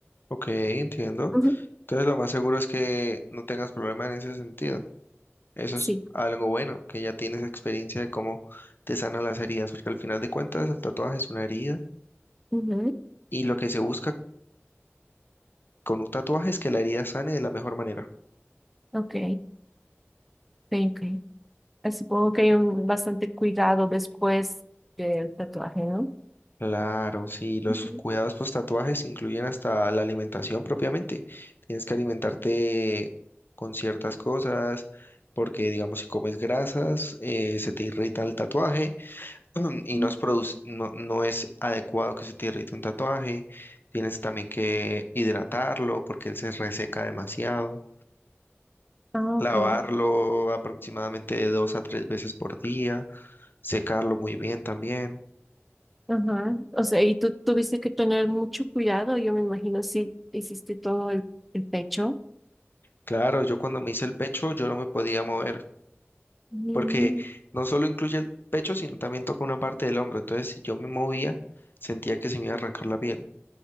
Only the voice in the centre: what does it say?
Ujú,
Sí.
Ujú,
Ok, ok, ok. Eh, Supongo que hay un bastante cuidado después del tatuaje, ¿no?
Ujú.
Mm.
Ah,
ok.
Ajá. O sea, y tú tuviste que tener mucho cuidado, yo me imagino, si hiciste todo el, el pecho.
Mm,